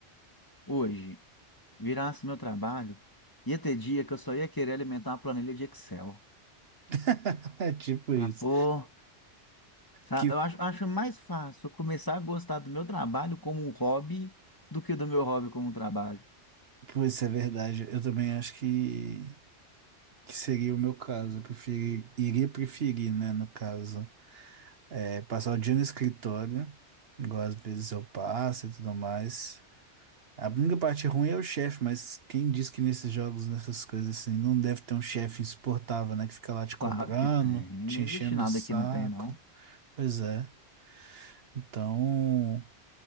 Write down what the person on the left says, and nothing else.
hoje virasse meu trabalho, ia ter dia que eu só ia querer alimentar uma planilha de Excel.
Falar,
pô, sabe?
Eu acho, acho mais fácil eu começar a gostar do meu trabalho como um hobby do que do meu hobby como um trabalho.
Claro
que tem,
não existe
nada
que não tem, não.